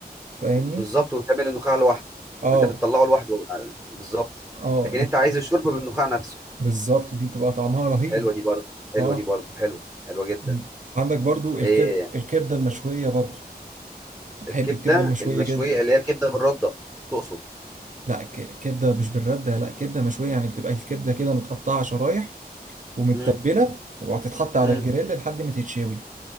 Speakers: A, on the right (about 50°); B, in the centre.
A: فاهمني
B: بالظبط وتعمل النخاع لوحده
A: اه
B: انت بتطلعه لوحده على- بالظبط
A: اه
B: لكن
A: لكن
B: انت عايز الشوربه بالنخاع نفسه
A: بالظبط دي بتبقى طعمها رهيب
B: حلوه دي برضه حلوه
A: اه
B: دي برضه حلوه حلوه جدا
A: مم. عندك برضو الكب...
B: إيه
A: الكبدة المشوية برضو
B: الكبده
A: احب الكبدة المشوية
B: المشويه
A: جدا
B: اللي هي الكبده بالرده تقصد
A: لا ك... كبدة مش بالردة لا كبدة مشوية يعني بتبقى الكبدة كده متقطعة شرايح ومتبله
B: امم
A: وهتتحط على
B: امم
A: الجريل لحد ما تتشوي